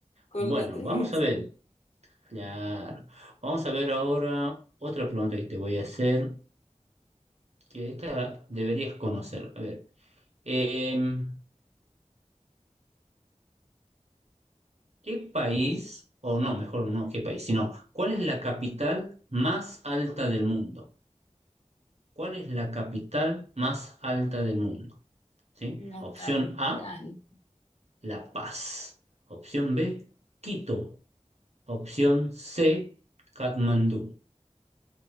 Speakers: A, on the left (about 60°); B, on the right (about 60°).
A: con
B: Bueno,
A: la trivia.
B: vamos
A: o sea.
B: a ver. Claro. Vamos a ver ahora otra pregunta que te voy a hacer, que esta deberías conocer. A ver, em, ¿qué país, o no, mejor no qué país, sino cuál es la capital más alta del mundo? ¿Cuál es la capital más alta del mundo? ¿Sí?
A: En la
B: Opción
A: capital.
B: A, La Paz. Opción B, Quito. Opción C, Katmandú.